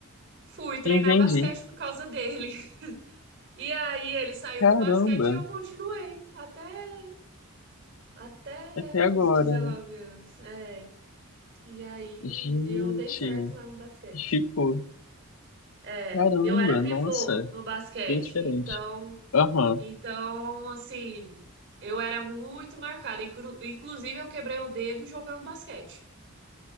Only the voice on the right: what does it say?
Fui treinar
basquete por causa dele. <laughs> E aí ele saiu
do basquete e eu continuei até Até
os 19
anos. É. E aí
eu dei certo lá no basquete.
É,
eu era pivô
no basquete,
então,
então assim, eu era muito marcada. Inclu- Inclusive, eu quebrei o dedo jogando basquete.